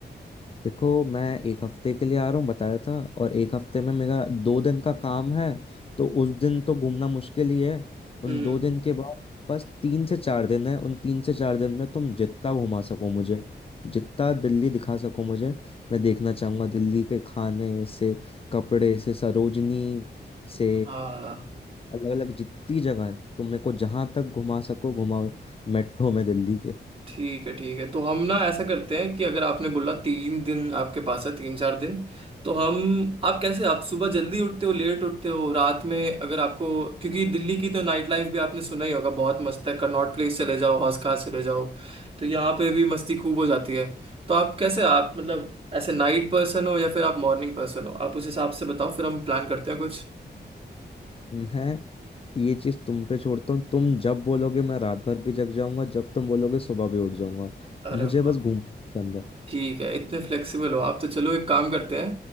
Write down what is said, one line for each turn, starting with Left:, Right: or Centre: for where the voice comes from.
Left: देखो मैं एक हफ्ते के लिए आ रहा हूँ बताया था और एक हफ्ते में मेरा दो दिन का काम है तो उस दिन तो घूमना मुश्किल ही है उन
Right: हम्म
Left: दो दिन के बाद मेरे पास तीन से चार दिन है उन तीन से चार दिन में तुम जितना घुमा सको मुझे जितना दिल्ली दिखा सको मुझे मैं देखना चाहूंगा दिल्ली के खाने से कपड़े से सरोजनी से
Right: हाँ
Left: अलग अलग जितनी जगह है तुम मेरे को जहां तक घुमा सको घुमाओ मेट्रो में दिल्ली के
Right: ठीक है ठीक है तो हम ना ऐसा करते हैं कि अगर आपने बोला तीन दिन आपके पास है तीन चार दिन तो हम आप कैसे आप सुबह जल्दी उठते हो लेट उठते हो रात में अगर आपको क्योंकि दिल्ली की तो नाइट लाइफ भी आपने सुना ही होगा बहुत मस्त है कनॉट प्लेस चले जाओ हौस खास चले जाओ तो यहाँ पे भी मस्ती खूब हो जाती है तो आप कैसे आप मतलब ऐसे नाइट पर्सन हो या फिर आप मॉर्निंग पर्सन हो आप उस हिसाब से बताओ फिर हम प्लान करते हैं कुछ
Left: मैं ये चीज तुम पे छोड़ता हूँ तुम जब बोलोगे मैं रात भर भी जग जाऊंगा जब तुम बोलोगे सुबह भी उठ जाऊंगा
Right: अरे
Left: मुझे
Right: वाह
Left: बस घूमना पसंद है
Right: ठीक है इतने फ्लेक्सिबल हो आप तो चलो एक काम करते हैं